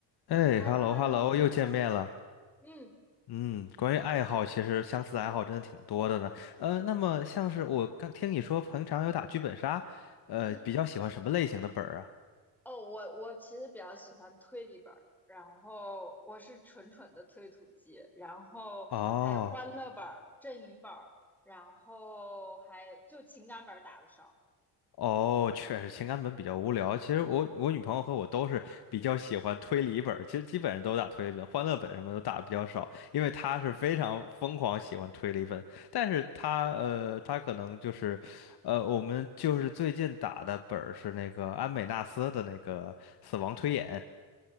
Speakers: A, on the left (about 55°); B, in the centre.
A: 哎，hello
B: h e l l o h
A: hello，
B: e l l o
A: 又见面了。
B: h e l l o 嗯
A: 嗯，关于爱好，其实相似的爱好真的挺多的呢。呃，那么像是我刚听你说平常有打剧本杀，呃，
B: 嗯，
A: 比较喜欢什么类型的本儿啊？
B: 哦，我我其实比较喜欢推理本儿，然后我是纯纯的推土机，然后还有欢乐本儿、
A: 哦。
B: 阵营本儿，然后还有就情感本儿打的少，
A: 哦，确实情感本比较无聊。其实我我女朋友和我都是比较喜欢推理本儿，其实基本上都打推理本，欢乐本什么都打的比较少，因为她是非常疯狂喜欢推理本。但是她呃，她可能就是，呃，我们就是最近打的本儿是那个安美纳斯的那个死亡推演